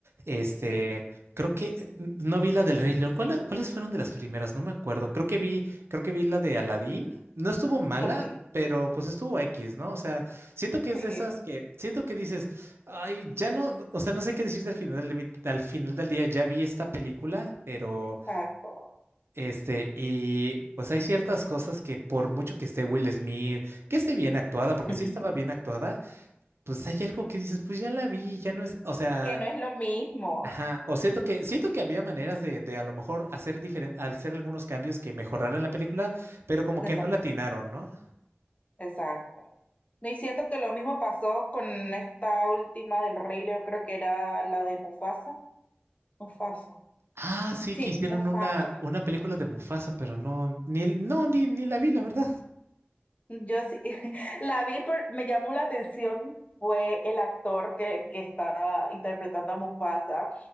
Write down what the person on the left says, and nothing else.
Sí,
Ok,
sí,
exacto.
<laughs>
Que no es lo mismo.
Exacto,
exacto. no Y siento que lo mismo pasó con esta última del Rey León, creo que era la de Mufasa. Mufasa.
Sí,
Mufasa.
Yo sí, <laughs> la vi, por, me llamó la atención, fue el actor que, que estaba interpretando a Mufasa.